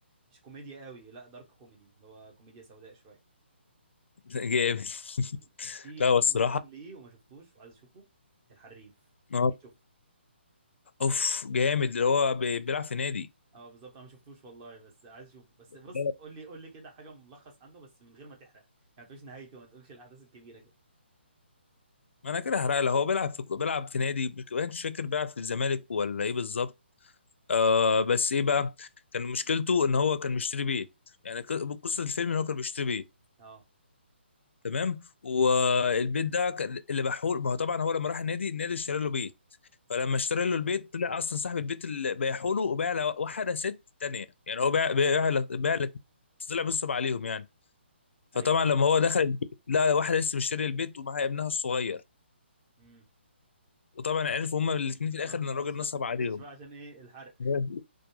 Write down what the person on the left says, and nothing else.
جامد
<laughs>
لا
هو الصراحه
اه
اوف جامد اللي هو بي- بيلعب في نادي
لا،
ما انا كده هحرق له هو بيلعب في بيلعب في نادي مش فاكر بيلعب في الزمالك ولا ايه بالظبط آه بس ايه بقى كان مشكلته ان هو كان مشتري بيت يعني ق- قصه الفيلم ان هو كان بيشتري بيت
تمام والبيت ده كان- اللي بحول ما هو طبعا هو لما راح النادي النادي اشترى له بيت فلما
اشترى له البيت طلع اصلا صاحب البيت اللي بيحوله وباع لواحده ست تانية يعني هو باع باع
باع طلع بينصب عليهم يعني فطبعا
لما
هو دخل البيت لقى واحده لسه مشتري البيت ومعاها ابنها الصغير
وطبعا عرفوا هما الاثنين
في الاخر ان
الراجل نصب
عليهم
<laughs>